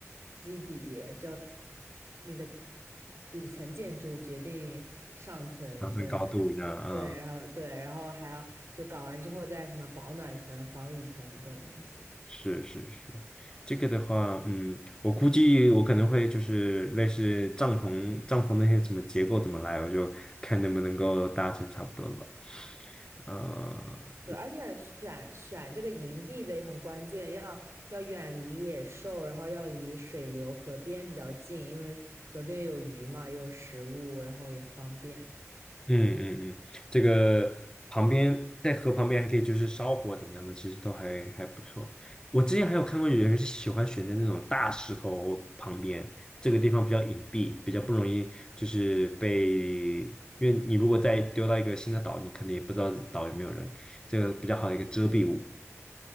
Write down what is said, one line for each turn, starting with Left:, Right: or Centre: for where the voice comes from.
Right: 基底，只有那个底层建筑决定上层的，
Left: 上升高度这样，嗯
Right: 对，然后对，然后还要就搞完之后再什么保暖层、防雨层这种东西。
Left: 是是是，这个的话，嗯，我估计我可能会就是类似帐篷帐篷那些什么结构怎么来，我就看能不能够搭成差不多的吧。呃，
Right: 对，而且选选这个营地的也很关键，要要远离野兽，然后要离水流、河边比较近，因为河边有鱼嘛，也有食物，然后也方便。
Left: 嗯嗯嗯，这个旁边在河旁边还可以就是烧火怎么样的，其实都还还不错。我之前还有看过有人是喜欢选在那种大石头旁边，这个地方比较隐蔽，比较不容易就是被，因为你如果再丢到一个新的岛，你可能也不知道岛有没有人，这个比较好的一个遮蔽物。